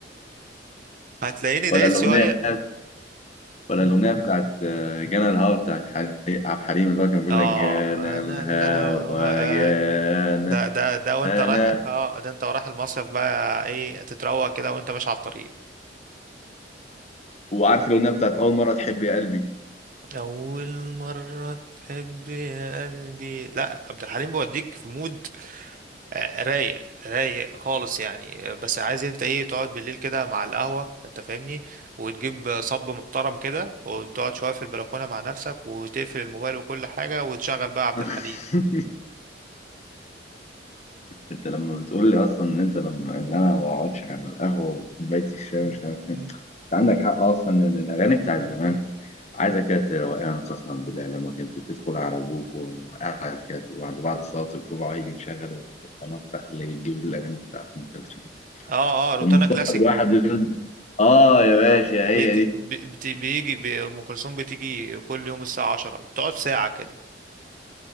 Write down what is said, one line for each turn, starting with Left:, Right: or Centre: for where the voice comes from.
Right: هتلاقيني دايس
Left: ولا الأغنية
Right: شويه
Left: ولا الأغنية بتاعت آه، جانا الهوا بتاعت حلي- عبد الحليم اللي هو كان بيقول
Right: اه
Left: لك جانا
Right: انا
Left: الهوا
Right: لا وأجل.
Left: جانا
Right: ده ده ده وانت رايح
Left: أنا
Right: اه ده انت رايح المصيف بقى ايه تتروق كده وانت ماشي على الطريق
Left: وعارف الأغنية بتاعت أول مرة تحب يا قلبي
Right: اول مره تحب يا قلبي لا عبد الحليم بيوديك في مود آه، رايق رايق خالص يعني آه، بس عايز انت ايه تقعد بالليل كده مع القهوة انت فاهمني وتجيب صب محترم كده وتقعد شوية في البلكونة مع نفسك وتقفل الموبايل وكل حاجة وتشغل بقى عبد
Left: <laughs>
Right: الحليم
Left: أنت لما بتقول لي أصلا إن أنت لما اللي أنا ما بقعدش على القهوة وكوباية الشاي ومش
Right: مم.
Left: عارف إيه
Right: مم.
Left: أنت عندك حق أصلا إن الأغاني بتاعت زمان عايزة كده روقان قسما بالله لما كنت بتدخل على أبوك وقاعد كده لوحده بعد صلاة الجمعة يجي مشغل القناة بتاع اللي بتجيب الأغاني بتاعت أم كلثوم
Right: اه اه روتانا
Left: المستقبل
Right: كلاسيك
Left: الواحد يد- اه يا باشا
Right: اه بيت
Left: هي دي
Right: بي بي بيجي بي ام كلثوم بتيجي كل يوم الساعة 10 بتقعد ساعة كده